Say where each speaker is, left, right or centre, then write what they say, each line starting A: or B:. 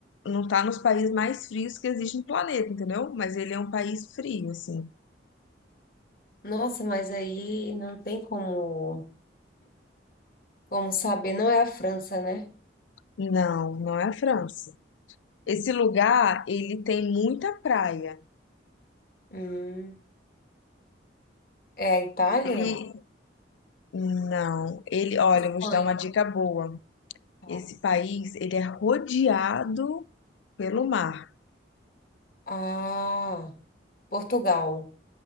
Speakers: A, on the left; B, on the left.
A: não tá nos países mais frios que existe no planeta, entendeu? Mas ele é um país frio, assim.
B: Nossa, mas aí não tem como, como saber. Não é a França, né?
A: Não, não é a França. Esse lugar, ele tem muita praia.
B: Hum, É a Itália?
A: Ele, não, ele, olha,
B: Espanha.
A: eu vou te dar uma dica boa.
B: Tá.
A: Esse país, ele é rodeado pelo mar. <laughs>
B: Ah, Portugal.